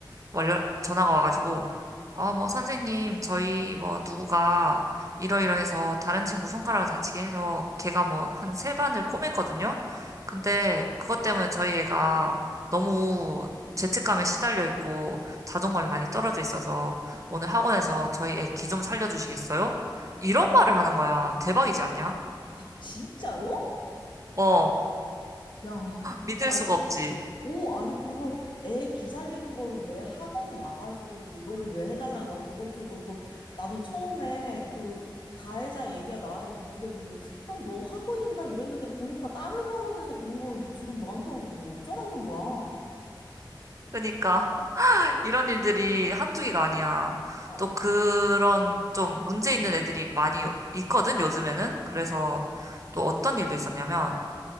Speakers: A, on the right; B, on the left.
A: 월 전화가 와가지고 어 뭐 선생님 저희 뭐 누구가 이러이러해서 다른 친구 손가락을 다치게 해서 걔가 뭐 한 세 반을 꼬맸거든요. 근데 그것 때문에 저희 애가 너무 죄책감에 시달려 있고 자존감이 많이 떨어져 있어서 오늘 학원에서 저희 애 기 좀 살려주시겠어요? 이런 말을 하는 거야. 대박이지 않냐?
B: 아, 진짜로?
A: 어,
B: 야, 진짜.
A: 믿을
B: 아,
A: 수가 없지.
B: 오, 아니, 그거 애 기 살리는 걸 왜 학원 와가지고 그거를 왜 해달라는 거야? 그것도 그렇고 나는 처음에 그 가해자 얘기가 나와가지고 그게 그러면 아, 너 학원인가? 이랬는데 보니까 다른 학원에서 그런 걸 지금 너한테 와서 뭐 어쩌라는 거야?
A: 그러니까 이런 일들이 한두 개가 아니야.
B: 아,
A: 또 그런 좀 문제 있는 애들이 많이 요- 있거든, 요즘에는. 그래서 또 어떤 일도 있었냐면,